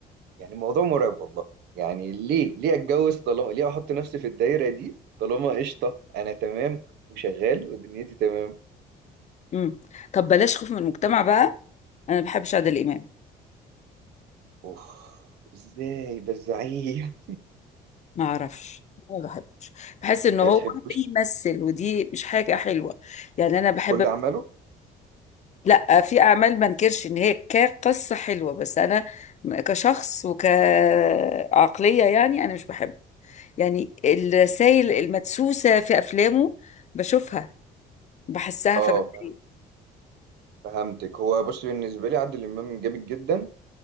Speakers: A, on the right; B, on the left.
A: يعني الموضوع مرعب والله يعني ليه ليه اتجوز طالما ليه احط نفسي في الدايره دي طالما قشطه انا تمام وشغال ودنيتي تمام
B: مم. طب بلاش خوف من المجتمع بقى أنا ما بحبش عادل إمام
A: اوف ازاي ده الزعيم
B: ما اعرفش ما بحبش بحس ان هو
A: ما تحبوش
B: بيمثل ودي مش حاجه حلوه يعني انا بحب
A: كل عمله
B: لا في اعمال ما انكرش ان هي كقصه حلوه بس انا م- كشخص وكعقليه يعني انا مش بحب يعني الرسائل المدسوسه في افلامه بشوفها بحسها
A: اه
B: فبتضايق.
A: فهمتك هو بص بالنسبه لي عادل امام جامد جدا